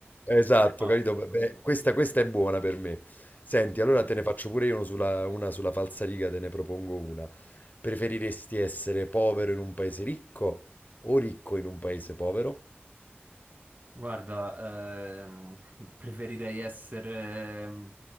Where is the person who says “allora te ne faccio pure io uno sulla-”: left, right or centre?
Left